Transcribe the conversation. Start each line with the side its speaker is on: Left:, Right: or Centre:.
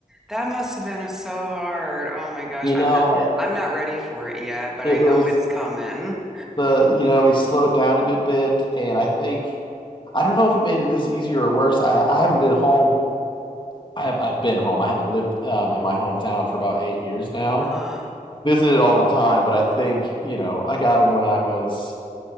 Centre: that must have been uh, so hard. Oh my gosh.
Left: you
Centre: I'm
Left: know,
Centre: not
Left: I
Centre: I'm not ready for it yet, but
Left: it
Centre: I
Left: was
Centre: know it's coming.
Left: the you know he slowed down a good bit, and I think I don't know if it made it this easier or worse. I I haven't been home. I have I've been home. I haven't lived um, in my hometown for about eight years now.
Centre: Uh-huh.
Left: Visited all the time, but I think you know I got him when I was